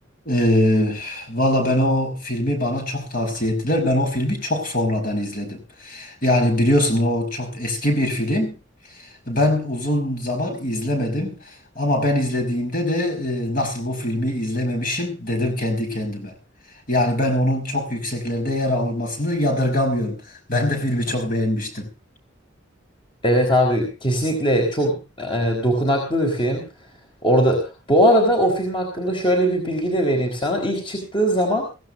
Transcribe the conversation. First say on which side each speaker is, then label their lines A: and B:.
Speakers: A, on the left; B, on the left.
A: Ee, valla ben o filmi bana çok tavsiye ettiler. Ben o filmi çok sonradan izledim. Yani biliyorsun o çok eski bir film. Ben uzun zaman izlemedim ama ben izlediğimde de e, nasıl bu filmi izlememişim dedim kendi kendime. Yani ben onun çok yükseklerde yer almasını yadırgamıyorum. Ben de filmi çok beğenmiştim.
B: Evet abi kesinlikle çok e, dokunaklı bir film. Orada bu arada o film hakkında şöyle bir bilgi de vereyim sana. İlk çıktığı zaman